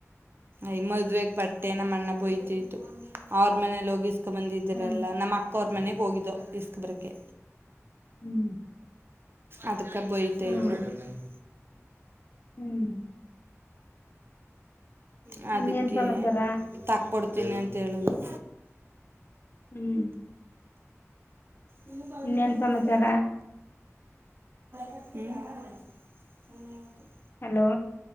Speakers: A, on the right; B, on the left.
A: ಯ ಮದ್ವೆಗ್ ಬಟ್ಟೆನ ಅಣ್ಣ ಬೋಯ್ತತ್ತು ಅವ್ರ ಮನೇಲಿಗಿಸ ಇಸ್ಕ ಬಂದಿದ್ದರಲ್ಲ
B: ಹ್ಮ್
A: ನಮ್ಮ ಅಕ್ಕ ಅವ್ರ ಮನೆಗ್ ಹೋಗಿದ್ದೋ ಇಸ್ಕ ಬರಕ್ಕೆೆ
B: ಹ್ಮ್
A: ಅದಕ್ಕೆಬಯತೆದ್ರು
B: ಹ್ಮ್
A: ಇ ಮಾಡ
B: ಹ್ಮ್
A: <inaudible> ಅದಕ್ಕೆ
B: ಇನ್ನೇನ್ ಸಮಾಚಾರ
A: ತಕ್ಕೊಡ್ತೀನಿ ಅಂತೇಳಿದರು
B: ಹ್ಮ್
A: ಇನ್ನು ಪೂರು
B: ಇನ್ನೇನ್
A: ರೂಪಾಯ
B: ಸಮಾಚಾರ
A: ಕಟ್ಟ <inaudible> <inaudible>
B: ಹಲೋ